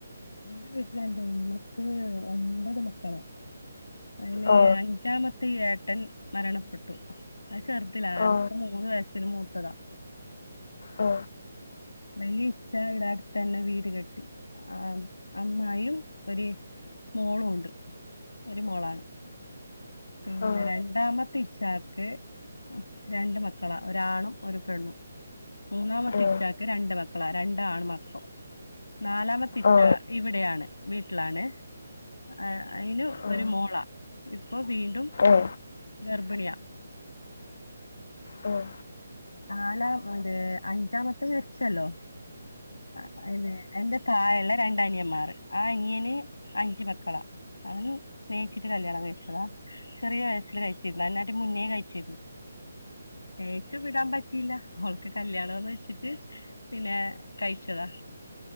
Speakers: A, on the left; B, on the left.
A: എന്റെ വീട്ടില എന്റെ ഉമ്മക്ക് ഒമ്പത് മക്കളാ അതിന്
B: ആ
A: അഞ്ചാമത്തെ ഏട്ടൻ മരണപ്പെട്ടു അ ചെറുതല്ല
B: ആ
A: എനക്ക് മൂന്ന് വയസിന് മൂത്തതാ
B: ആ
A: വലിയ ഇ്ട ഇടെ അടുത്ത് തന്നെ വീട് കെട്ടി ആ അമ്മമയും ഒരു മോളുണ്ട് ഒരു മോളാണ് പിന്നെ
B: ആ ആ
A: രണ്ടാമത്തെ ഇഷ ചച്ചാക്ക് രണ്ട് മക്കളാ ഒരാണും ഒരു പെണ്ണും. മൂന്നാമത്തെ
B: ഏ
A: ഇച്ചാക്ക് രണ്ട് മക്കളാ രണ്ട ആണ് മക്കൾ നാലാമത്തെ ഇച്ച
B: ആ
A: ഇവിടെയാണ് വീട്ടിലാണ് ആ അതിന്
B: ആ
A: ഒരു മോള വീണ്ടും
B: ഏ
A: ഗർഭിണിയ
B: ഉം.
A: നാലാം അഞ്ചാമത്തെ മരിച്ചല്ലോ ആ അതെ എന്റെ തായഴുള്ള രണ്ട അനിയന്മാർ ആ അനിയന് അഞ്ച മക്കളാ അന് സ്നേഹിച്ചിട്ട് കല്യാണം താ ചെറിയ വയസിൽ കഴിച്ചിരുന്നു അട്ടി മുന്നേ കഴിച്ചിരുന്നു തേച്ചു വിടാൻ പറ്റിയില്ല അവൾക്ക് കല്യാണംമന്ന് വെച്ചിട്ട് പിന്നെ കഴിച്ചതാ